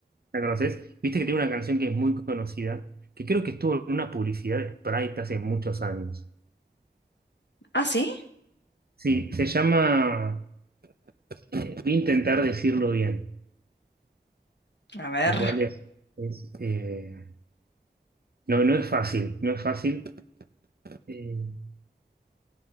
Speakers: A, on the right (about 60°); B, on the left (about 75°).
A: ¿la conoces? Viste que tiene una canción que es muy conocida, que creo que estuvo en una publicidad de Sprite hace muchos años.
B: Ah, sí.
A: Sí, se llama, eh, voy a intentar decirlo bien.
B: A ver,
A: lo cual es, es, eh, no, no es fácil, no es fácil. Eh,